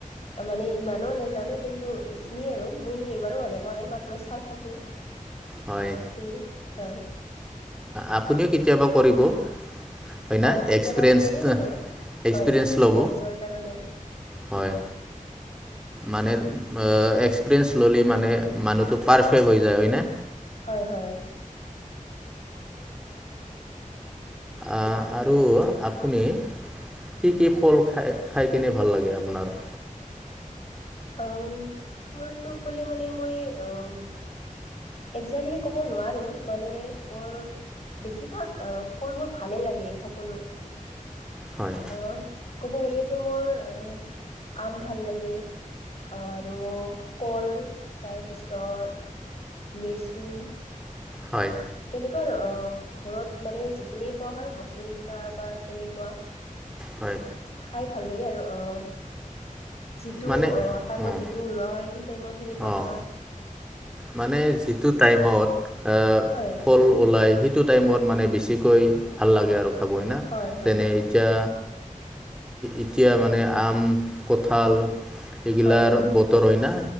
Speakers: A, on the left (about 45°); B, in the centre.
A: মানে ইমানো ন জানো কিন্তু এইখিনিয়ে আৰু মই এইবাৰো মনত পোৱা নাই মাত্ৰ চাই থাকো
B: হয়
A: কি ত
B: আপুনিও কেতিয়াবা কৰিব হয় না
A: অ কেতিয়াবা
B: এক্সপিৰিয়েঞ্চ
A: কৰিম আৰু
B: এক্সপিৰিয়েঞ্চ
A: হয় এক্সপিৰেনচৰ
B: ল'ব
A: কাৰণে
B: হয় মানে এক্সপিৰিয়েঞ্চ ল'লে মানে মানুহ পাৰফেক্ট হয় যায়
A: হয় হয়
B: আহ আৰু আপুনি কি কি
A: হয়
B: ফল খায় খাই কিনে ভাল লাগে আপোনাৰ
A: উম ফুলটো কলে মানে মই উম একজে্টলি ক'ব নোৱাৰিম মানে মোৰ বেছিভাগ আহ ফলবোৰ ভালে লাগে সকলো
B: হয়
A: আহ ক'ব গলেতো মোৰ আহ আম ভাল লাগে আহ আৰু কল তাৰপিছত লেচু
B: হয়
A: তেনেকোৱা অ ঘৰত মানে যিখিনিয় পোৱা হয় বছৰিকা বা তেনেকোৱা
B: হয়
A: খাই ভাল লাগে আৰু অ যিটো
B: মানে
A: টাইমত
B: অঁ
A: যিটো ওলোৱা হয় সেই টাইমত সেনেকোৱা
B: অঁ
A: খাবা
B: মানে যিটো টাইমত আ,
A: হয়
B: ফল ওলায় সেইটো টাইমত মানে বেছিকৈ ভাল লাগে আৰু খাব সিনা
A: হয় হয়
B: যেনে এতিয়া এতিয়া মানে আম কঁঠাল এইগিলাৰ
A: হয় হয়
B: বতৰ হয় ন